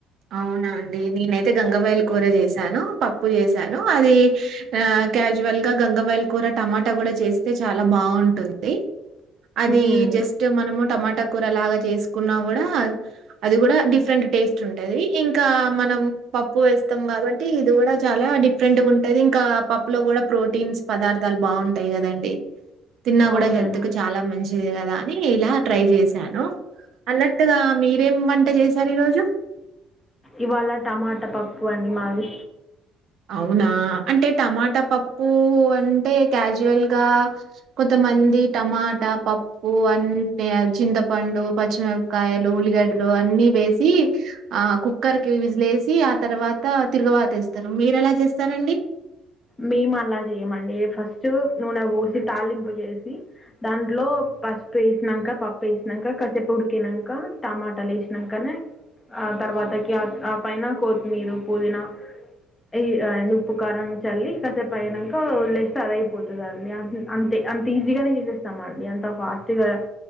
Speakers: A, on the right; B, on the left.
A: అవునా అండి. నేనైతే గంగవాయల కూర చేసాను పప్పు చేసాను అది ఆ క్యాజువల్ గా గంగావైల్ కూర టమాటా కూడా చేస్తే చాలా బాగుంటుంది అది
B: మ్మ్
A: జస్ట్ మనము టమాటా కూర లాగా చేసుకున్నా కూడా అది గుడ డిఫరెంట్ టేస్ట్ ఉంట్ టది ఇంకా మనం పప్పు వేస్తం కాబట్టి ఇది గుడ చాలా డిఫరెంట్ గుంటది ఇంకా పప్ పప్పు లో గుడ ప్రోటీన్స్ పదార్థాలు బాగుంటయి కదండి తిన్నాకుడ
B: అవునండి
A: హెల్త్ కు చాలా మంచిది కదా అని ఇలా ట్రై చేస సాను అన్నట్టుగా మీరేం వంట చేశారు ఈ రోజు
B: ఇవాళ టమాటా పప్పు అండి మాది
A: అవునా అంటే టమాటా పప్పు అంటే క్యాజు జువల్ గా కొంతమంది టమాటా పప్పు అంటే చింతపండు పచ్చిమిరపకాయలు ఉల్లిగడ్డలు అన్ని వేసి ఆ కుక్కర్ కి విజిలేసి ఆ తర్వాత త తిరుగువాతేస్తరు మీరెలా చేస్తరండి
B: మేము అలా చేయమండి ఫస్ట్ నూనె పోసి తళింపు చేసి దాంట్లో పసుపు ఏసినంక పప్పు ఏసినంక కసేపు ఉడికినంక టమాటాలు ఏసినంకనే ఆ తర్వాతకి ఆ ఆ పైన కోతిమీరు పుదీనా ఇయ్ ఏంది ఉప్పు కారం చల్లి కసేపు అయినంక వదిలేస్తే అది అదైపోతదండి అం అంతే అంత ఈజీగానే చూసేస్తామండి అం త ఫాస్ట్గా